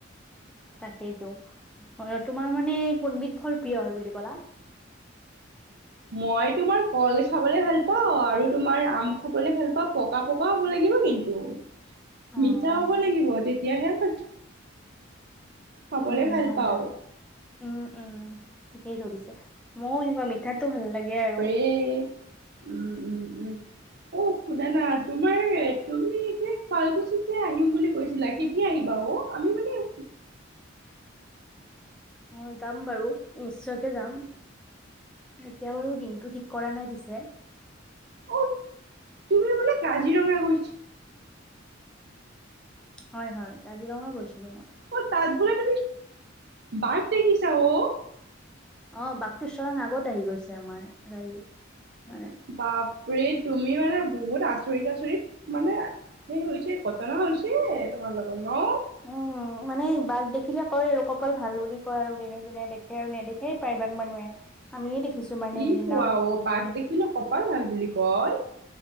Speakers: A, in the centre; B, on the right.
A: তাকেইতো, তোমাৰ মানে কোনবিধ ফল প্ৰিয় হয় বুলি ক'লা?
B: মই তোমাৰ কল খাবলে ভাল পাওঁ আৰু তোমাৰ আম খাবলে ভাল পাওঁ, প- কা পকা হ'ব লাগিব কিন্তু,
A: অ',
B: মিঠা হ'ব লাগিব তেতিয়াহে ভা- খাবলে
A: উম
B: ভাল
A: হয়
B: পাওঁ।
A: হয় উম উম ঠিকেই ধৰিছে, মইয়ো এনেকুৱা মিঠাটো ভাল লাগে আৰু।
B: এই - উম উম উম। অ শুনানা, তোমাৰ এ তুমি এতিয়া শুৱালকুছিত যে আহিম বুলি কৈছিলা কে - তিয়া আহিবা অ আমি মানে
A: অ যাম বাৰু, নিশ্চয়কে যাম। এতিয়া বাৰু দিনটো ঠিক কৰা নাই পিছে -
B: অ, তুমি বোলে কাজিৰঙা গৈছা -
A: হয় হয়, কাজিৰঙা গৈছিলো মই।
B: অ, তাত বোলে তুমি বাঘ দেখিছা অ!
A: অ বাকটো স্বয়ং আগত আহি গৈছে আমাৰ গাড়ীৰ মানে।
B: বাপৰে তুমি মানে বহুত আচৰিত আচৰিত মানে - সেই হৈছে ঘটনা হৈছে তোমাৰ লগত ন?
A: অ। মানে বাঘ দেখিলে কয় আৰু কপাল ভাল বুলি কয় আৰু দে যোনে দেখে আৰু নেদেখেই প্ৰায় ভাগ মানুহে। আমিয়েই দেখিছো। মানে
B: কি
A: সেইদিনা
B: কোৱা অ বাঘ দেখিলো কপাল ভাল বুলি কয়?